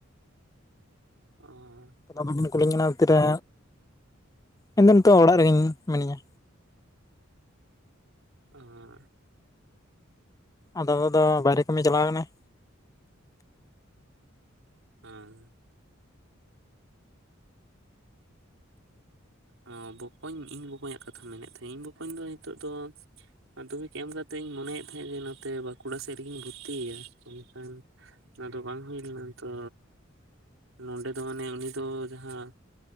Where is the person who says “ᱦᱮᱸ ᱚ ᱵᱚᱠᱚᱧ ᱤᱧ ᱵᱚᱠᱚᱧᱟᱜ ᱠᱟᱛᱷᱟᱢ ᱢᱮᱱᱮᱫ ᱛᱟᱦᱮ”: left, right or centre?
Right